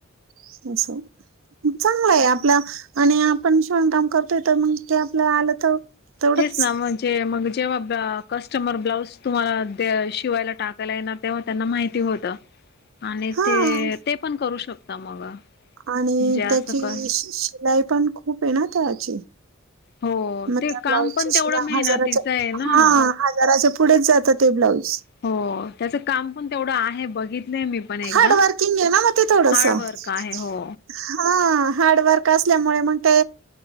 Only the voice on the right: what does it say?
<unintelligible> चांगला आहे आपला आणि आपण शिणकाम करतोय तर मग ते आपलं आलं तर तेवढंच
हा
आणि
त्याची
शिलाई पण खूप आहे ना त्याची
मग
त्या
ब्लाऊजची
सुध
हजाराच्या
हा हजाराच्या पुढेच जातं ते ब्लाऊज
हार्ड वर्किंग आहे ना म थोडस
हा.
हार्डवर्क असल्यामुळे मग ते,